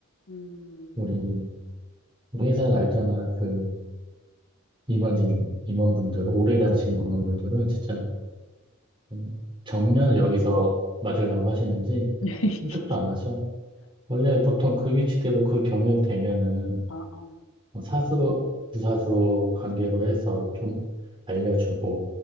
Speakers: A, on the left; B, on the right.
A: 음.
B: 우리 우리 회사는 알잖아. 그 임원진 임원분들 오래 다니시는 임원분들은 진짜
A: 음음.
B: 음, 정년을 여기서 맞으려고 하시는지
A: <laughs>
B: 꿈쩍도 안 하셔. 원래 보통 그 위치 되고 그 경력 되면은
A: 아 아.
B: 사수, 부사수 관계로 해서 좀
A: 음
B: 알려주고,